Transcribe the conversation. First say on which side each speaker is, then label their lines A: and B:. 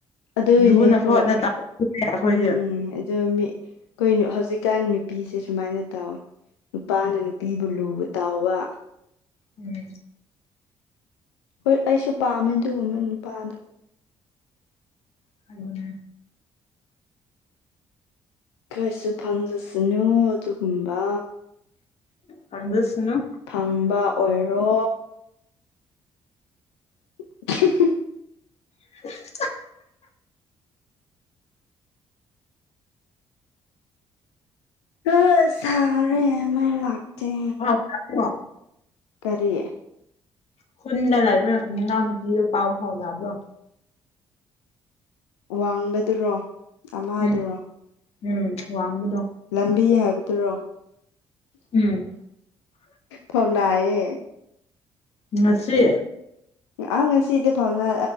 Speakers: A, on the left; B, on the left.
A: ꯑꯗꯨꯏꯅꯦ
B: ꯂꯨꯅ ꯈꯣꯠꯅ
A: ꯍꯣꯏ
B: ꯇꯧꯔꯦ ꯑꯩꯈꯣꯏꯗꯤ
A: ꯎꯝ ꯑꯗꯨ ꯃꯤ ꯑꯩꯈꯣꯏ ꯍꯧꯖꯤꯛꯀꯥꯟ ꯅꯨꯄꯤꯁꯦ ꯁꯨꯃꯥꯏꯅ ꯇꯧꯋꯦ ꯅꯨꯄꯥꯅ
B: ꯎꯝ
A: ꯅꯨꯄꯤꯕꯨ ꯂꯨꯅ ꯇꯧꯕ
B: ꯎꯝ
A: ꯍꯣꯏ ꯑꯩꯁꯨ ꯄꯥꯝꯃꯦ ꯑꯗꯨꯒꯨꯝꯕ ꯅꯨꯄꯥꯗꯣ
B: <inaudible>
A: ꯑꯩꯈꯣꯏꯁꯨ ꯐꯪꯖꯁꯅꯨ ꯑꯗꯨꯒꯨꯝꯕ
B: ꯐꯪꯖꯁꯨꯅꯨ
A: ꯐꯪꯕ ꯑꯣꯏꯔꯣ <unintelligible>
B: <unintelligible>
A: ꯑ ꯁꯥꯔꯦ ꯃꯩ ꯂꯥꯛꯇꯦ
B: ꯑ <unintelligible>
A: ꯀꯔꯤ
B: ꯈꯨꯟꯗ ꯂꯩꯕ ꯏꯅꯥꯎ ꯅꯨꯄꯤꯗꯣ ꯄꯥꯎ ꯐꯥꯎꯅꯕ꯭ꯔꯣ
A: ꯋꯥꯡꯕꯗꯨꯔꯣ ꯑꯃꯗꯨꯔꯣ
B: ꯎꯝ ꯎꯝ ꯋꯥꯡꯕꯗꯣ
A: ꯂꯝꯕꯤ ꯍꯥꯏꯕꯗꯨꯔꯣ
B: ꯎꯝ
A: ꯐꯥꯎꯅꯩꯌꯦ
B: ꯉꯁꯤ
A: ꯑ ꯉꯁꯤꯗꯤ ꯐꯥꯎꯅ